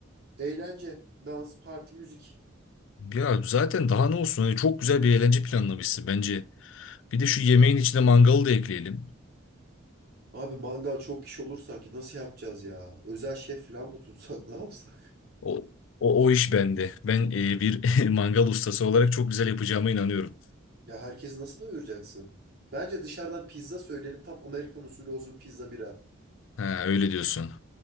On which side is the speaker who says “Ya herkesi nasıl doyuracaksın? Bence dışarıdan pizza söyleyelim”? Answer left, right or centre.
Right